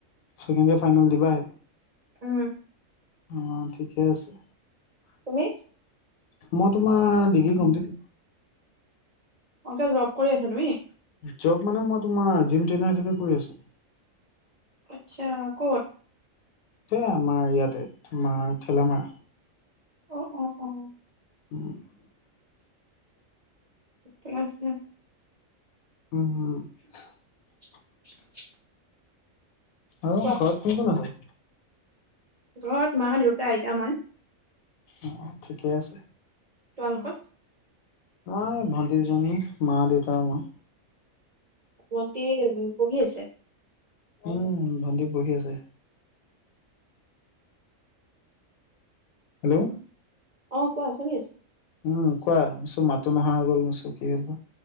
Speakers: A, on the left; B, on the right.
A: second year final দিবাহে
B: উম
A: অ' ঠিকে আছে।
B: তুমি
A: মই তোমাৰ, ডিগ্ৰী কমপ্লিট।
B: অ', এতিয়া জব কৰি আছো তুমি?
A: জব মানে মই তোমাৰ, জিম ট্ৰেইনাৰ হিচাপে কৰি আছো।
B: আচ্ছা। ক'ত?
A: আমাৰ ইয়াতে, তোমাৰ ঠেলামাৰা।
B: অ', অ', অ'
A: <inaudible>
B: ইয়েছ, ইয়েছ
A: উম
B: <inaudible>
A: আৰু,
B: কোৱা
A: ঘৰত কোন কোন আছে?
B: ঘৰত মা-দেউতা, আইতা, মই।
A: অ', ঠিকেই আছে।
B: তোমালোকৰ?
A: আমাৰ এই ভণ্টি দুজনী, মা-দেউতা, আৰু মই।
B: ভণ্টি কেইজনী, পঢ়ি আছে?
A: উম, ভণ্টি পঢ়ি আছে। হেল্ল'
B: অ', কোৱা শুনি আছোঁ।
A: উম, কোৱা? মিছো মাতো নহা হৈ গ'ল, মিছো কি হ'ল বা?